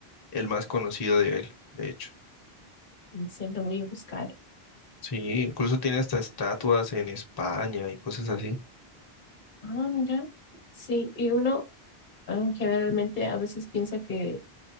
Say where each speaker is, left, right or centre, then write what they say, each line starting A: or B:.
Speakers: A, on the left (about 30°); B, on the left (about 55°).
A: el más conocido de él, de hecho.
B: Y se lo voy a buscar.
A: Sí, incluso tiene hasta estatuas en España y cosas así.
B: Ah, mira. Sí, y uno ah, generalmente a veces piensa que